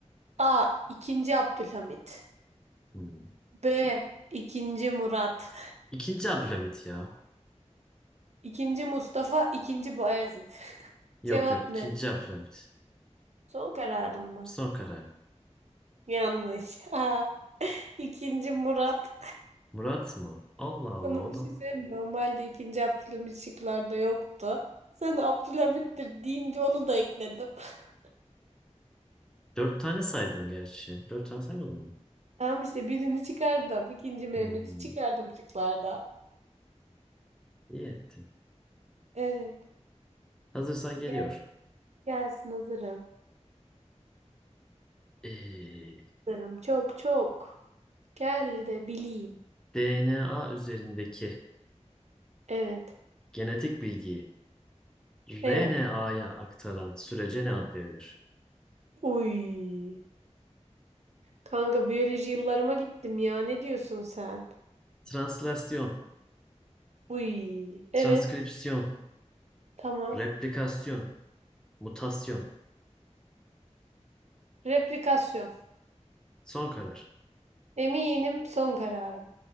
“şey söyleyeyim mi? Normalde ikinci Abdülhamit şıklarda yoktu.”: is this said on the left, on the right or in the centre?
Right